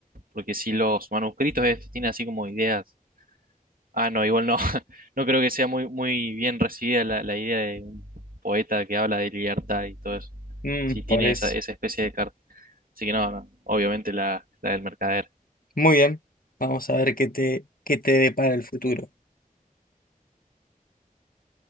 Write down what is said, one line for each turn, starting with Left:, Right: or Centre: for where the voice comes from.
Right: porque si los manuscritos estos tienen así como ideas. Ah, no, igual no. <laughs> No creo que sea muy muy bien recibida la, la idea de un poeta que habla de libertad y todo eso.
Left: Mm,
Right: Si tiene
Left: por eso.
Right: esa, esa especie de carta. Así que no, no, obviamente la, la del mercader.
Left: Muy bien. Vamos a ver qué te, qué te depara el futuro.